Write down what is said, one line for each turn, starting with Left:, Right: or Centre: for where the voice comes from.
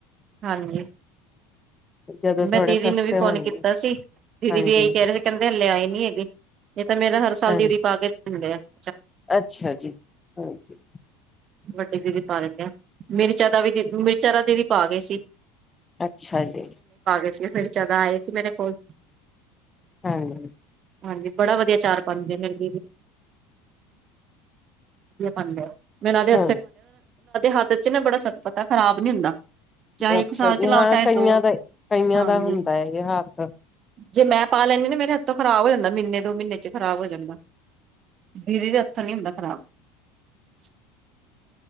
Right: ਹਾਂਜੀ-
Left: ਜਦੋਂ ਥੋੜੇ
Right: ਮੈਂ ਦੀਦੀ
Left: ਸਸਤੇ
Right: ਨੂੰ ਵੀ
Left: ਹੋਣਗੇ
Right: ਫੋਨ ਕੀਤਾ ਸੀ ਦੀਦੀ
Left: ਹਾਂਜੀ
Right: ਵੀ ਇਹੀ ਕਹਿ ਰਹੇ ਸੀ ਕਹਿੰਦੇ ਹਲੇੇ ਆਏ ਨੀ ਹੈਗੇ ਨਹੀਂ ਤਾਂ ਮੇਰਾ ਹਰ ਹਲਦੀ
Left: ਹਾਂ
Right: ਵੀ ਪਾਂ ਕੇ <unintelligible> ਹੁੰਦੇ <unintelligible>
Left: ਅੱਛਾ ਜੀ ਹਾਂਜੀ-
Right: ਵੱਡੀ ਦੀਦੀ ਪਾ ਦਿੰਦੇ ਆ- ਮਿਰਚਾਂ ਦਾ ਵੀ ਮਿਰਚਾਂ ਦਾ ਦੀਦੀ ਪਾ ਗਏ ਸੀ
Left: ਅੱਛਾ ਜੀ
Right: ਇਸ ਵਾਰ ਜੈਦ ਆਏ ਸੀ ਮੇਰੇ ਕੋਲ
Left: ਹੂ-
Right: ਹਾਂਜੀ ਬੜਾ ਵਧੀਆ ਚਾਰ ਪੰਜ ਦਿਨ ਦੀ <inaudible> ਕੀ ਬਣਦੇ- <unintelligible> ਉਹਨਾਂ ਦੇ
Left: ਹਾਂ
Right: ਹੱਥ ਚ ਨਾ ਬੜਾ ਸੱਚ ਪਤਾ ਖਰਾਬ ਨੀ ਹੁੰਦਾ ਚਾਹੇ
Left: ਅੱਛਾ
Right: ਇੱਕ ਸਾਲ
Left: ਜੀ
Right: ਚਲਾਓ
Left: ਹਾਂ
Right: ਚਾਹੇ
Left: ਕਈਆਂ
Right: ਦੋ
Left: ਦਾ, ਕਈਆਂ
Right: ਹਾਂਜੀ
Left: ਦਾ ਹੁੰਦਾ ਐ, ਹੱਥ
Right: ਜੇ ਮੈਂ ਪਾ ਲੈਂਦੀ ਨਾ ਮੇਰੇ ਹੱਥੋਂ ਖ਼ਰਾਬ ਹੋ ਜਾਂਦਾ ਮਹੀਨੇ ਦੋ ਮਹੀਨੇ ਚ ਖਰਾਬ ਹੋ ਜਾਂਦਾ ਦੀਦੀ ਦਾ ਹੱਥੋਂ ਨੀ ਹੁੰਦਾ ਖ਼ਰਾਬ <unintelligible>